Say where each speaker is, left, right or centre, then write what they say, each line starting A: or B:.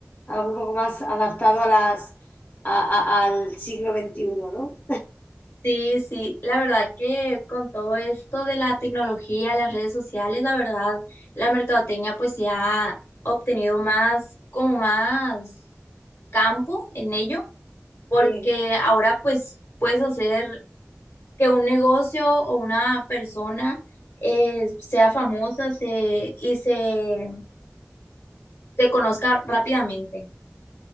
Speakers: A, on the left; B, on the left.
A: algo un poco más adaptado a las, a- a- al siglo veintiuno, ¿no?
B: Sí, sí, la verdad que con todo esto de la tecnología, las redes sociales, la verdad, la mercadotecnia pues ya ha obtenido más, como más campo en ello, porque
A: Sí.
B: ahora pues puedes hacer que un negocio o una persona eh, sea famosa se, y se, se conozca rápidamente.